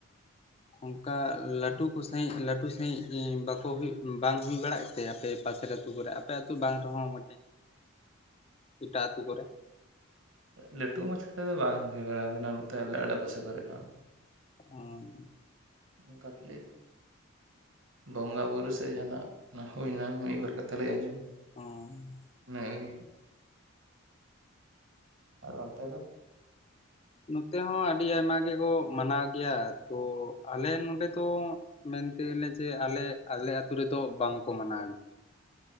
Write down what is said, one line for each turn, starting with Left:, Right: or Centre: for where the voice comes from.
Left: ᱚᱱᱠᱟ ᱞᱟᱹᱴᱩ ᱠᱚ ᱥᱟᱺᱦᱤᱡ ᱞᱟᱹᱴᱩ ᱥᱟᱺᱦᱤᱡ ᱵᱟᱠᱚ ᱦᱩᱭᱩᱜ ᱵᱟᱝ ᱦᱩᱭ ᱵᱟᱲᱮᱫ ᱛᱮ ᱟᱯᱮ ᱯᱟᱥᱮᱨᱮ ᱟᱹᱛᱩ ᱠᱚᱨᱮ? ᱟᱯᱮ ᱟᱹᱛᱩ ᱵᱟᱝ ᱨᱮᱦᱚᱸ ᱢᱤᱫᱴᱮᱡ ᱮᱴᱟᱜ ᱟᱹᱛᱩ ᱠᱚᱨᱮ ᱾
Right: ᱞᱟᱹᱴᱩ ᱢᱟᱪᱷᱟ ᱛᱮᱫᱚ ᱵᱟᱝ ᱦᱩᱭ ᱵᱟᱲᱟ ᱠᱟᱱᱟ ᱱᱚᱛᱮ ᱟᱞᱮ ᱟᱰᱮᱯᱟᱥᱮ ᱠᱚᱨᱮ ᱦᱚᱸ
Left: ᱦᱢ ᱾
Right: ᱚᱱᱠᱟ ᱠᱷᱟᱹᱞᱤ ᱾ ᱵᱚᱸᱜᱟᱼᱵᱩᱨᱩ ᱥᱮ ᱡᱟᱦᱟᱱᱟᱜ ᱚᱱᱟ ᱦᱩᱭᱱᱟ ᱢᱤᱫᱵᱟᱨ ᱠᱟᱛᱷᱟ ᱞᱟᱹᱭ ᱟᱸᱡᱚᱢ,
Left: ᱦᱚᱸ
Right: ᱱᱮ ᱟᱣᱨᱤ ᱟᱨ ᱚᱱᱛᱮ ᱫᱚ?
Left: ᱱᱚᱛᱮ ᱦᱚᱸ ᱟᱹᱰᱤ ᱟᱭᱢᱟ ᱜᱮᱠᱚ ᱢᱟᱱᱟᱣ ᱜᱮᱭᱟ ᱛᱚ ᱟᱞᱮ ᱱᱚᱰᱮ ᱫᱚ, ᱢᱮᱱᱛᱮᱞᱮ ᱡᱮ ᱟᱞᱮ ᱟᱞᱮ ᱟᱹᱛᱩ ᱨᱮᱫᱚ ᱵᱟᱝᱠᱚ ᱢᱟᱱᱟᱣ ᱜᱮᱭᱟ᱾